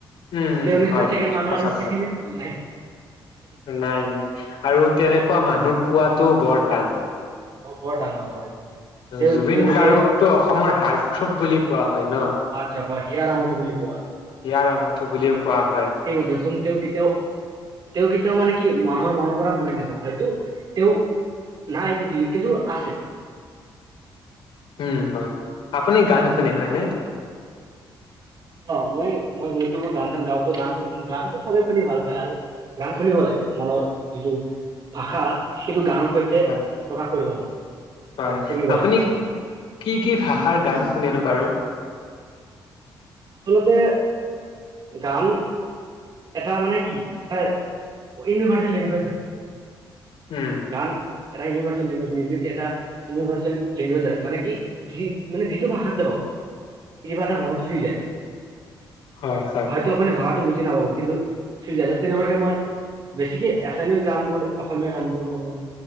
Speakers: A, on the left; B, on the right.
A: উম উম
B: তেওঁ নিচিনা
A: হয়
B: ছেকেণ্ড মানুহ
A: সঁচা
B: আৰু
A: কথা
B: পৃথিৱীত নাই
A: নাই নাই আৰু তেনেকুৱা মানুহ পোৱাতো বৰ টান <unintelligible>
B: অ বৰ টান হয়। তেওঁ
A: জুবিন
B: যেনেকে
A: গাৰ্গক টো অসমৰ হাৰ্থৰৱ বুলি কোৱা হয় ন। <unintelligible>
B: আচ্ছা ব হিয়া আমঠু বুলি কোৱা হয় <unintelligible>
A: হিয়াৰ আমঠু বুলিও কোৱা হয়। <unintelligible>
B: দিয়কচোন তেওঁ কেতিয়াও তেওঁ কেতিয়াও মানে কি মানুহৰ মনৰ পৰা মৰি নাযায় হয়তো তেওঁ নাই পৃথিৱীত কিন্তু আছে।
A: উম হয় আপুনি গান শুনে নে নে?
B: অ মই মই যিহেতু মই গান চান গাওঁতো গান গানতটো চবে শুনি ভাল পায় আৰু গান শুনিব লাগে মনৰ যিটো ভাষা সেইটো গানৰ সৈতে
A: হয়
B: প্ৰকাশ কৰিব পাৰি।
A: হয়
B: ত' শুনিব
A: আপুনি
B: লাগে
A: কি কি ভাষাৰ গান শুনেনো বাৰু।
B: আচলতে গান এটা মানে কি এটা ইউনিভাৰ্চেল লেংগুৱেজ হয়।
A: উম
B: গান এটা ইউনিভাৰ্চেল লেংগুৱেজ মিউজিক এটা ইউনিভাৰ্চেল লেংগুৱেজ হয় মান কি যি মানে যিটো ভাষাতে হওক কিবা এটা মনক চুই যায়।
A: হয় হয়
B: হয়তো আপুনি ভাষাটো বুজি নাপাব কিন্তু চুই যায় তেনেকুৱাকে মই বেছিকে এছামিছ গান বোৰ অসমীয়া গান বোৰ শুনো।